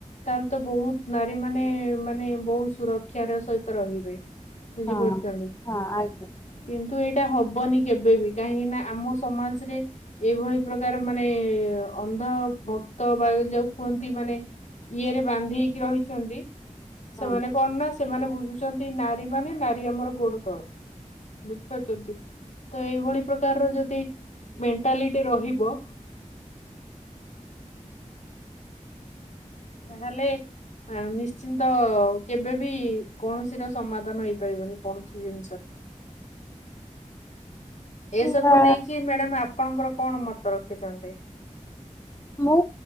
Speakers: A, on the left; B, on the left.
A: ତାହେଲେ ତ ବହୁତ୍ ନାରୀମାନେ ମାନେ ବହୁତ ସୁରକ୍ଷାର ସହିତ ରହିବେ। ବୁଝିପାରୁଚନ୍ତି?
B: ହଁ ହଁ ଆଜ୍ଞା
A: କିନ୍ତୁ ଏଇଟା ହବନି କେବେବି କାହିଁକି ନା ଆମ ସମାଜରେ ଏଇଭଳି ପ୍ରକାର ମାନେ ଅନ୍ଧ ଭକ୍ତ ବା ଯାହାକୁ କୁହନ୍ତି ମାନେ ଇଏରେ ବାନ୍ଧି ହେଇକି ରହିଛନ୍ତି
B: ହଁ
A: ସେମାନେ କଣ ନା ସେମାନେ ବୁଝୁଛନ୍ତି ନାରୀମାନେ ନାରୀ ଆମର ଗୋଡ ତଳର। ବୁଝିପାରୁଚନ୍ତି ତ ଏଇଭଳି ପ୍ରକାରର ଯଦି ଟାଲୀଟି ରହିବ। ତାହେଲେ? ଆ ନିଶ୍ଚିନ୍ତ କେବେ ବି କୌଣସିର ସମାଧାନ ହେଇପାରିବନି କୌଣ ଠି ଜିନଷର।
B: ସେଇଆ
A: ଏସବୁ ନେଇକି ମ୍ୟାଡାମ ଆପଣଙ୍କର କଣ ମତ ରଖିଥାନ୍ତେ?
B: ମୁଁ